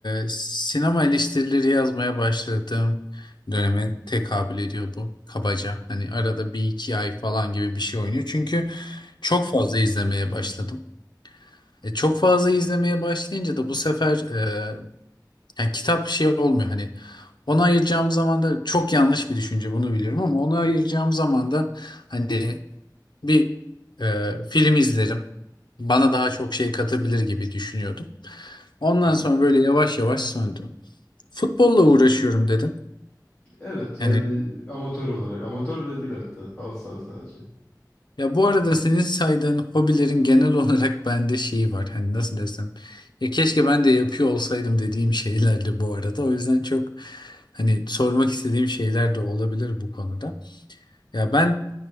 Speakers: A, on the left (about 80°); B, on the left (about 15°).
A: e, sinema eleştirileri yazmaya başladığım döneme tekabül ediyor bu kabaca. Hani arada bir iki ay falan gibi bir şey oynuyor. Çünkü Çok fazla izlemeye başladım. E, çok fazla izlemeye başlayınca da bu sefer e, yani kitap şey olmuyor hani ona ayıracağım zaman da çok yanlış bir düşünce bunu biliyorum ama ona ayıracağım zaman da hani bir e, film izlerim. Bana daha çok şey katabilir gibi düşünüyordum. Ondan
B: Hı.
A: sonra böyle yavaş yavaş söndü. Futbolla uğraşıyorum dedim.
B: Evet yani
A: Yani
B: amatör olarak. Amatör bile değil hatta. Halı saha sadece.
A: Ya bu arada senin saydığın hobilerin genel <laughs> olarak bende şeyi var. Hani nasıl desem. Ya keşke ben de yapıyor olsaydım dediğim şeylerdi bu arada. O yüzden çok hani sormak istediğim şeyler de olabilir bu konuda. Ya ben